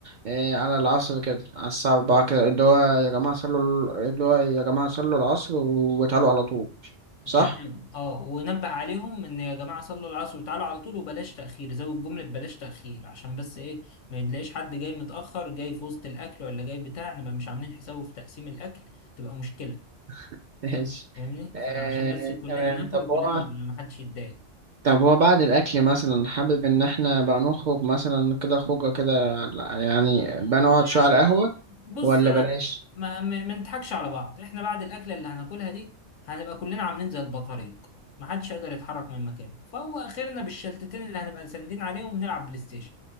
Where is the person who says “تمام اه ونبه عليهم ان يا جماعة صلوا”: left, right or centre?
Left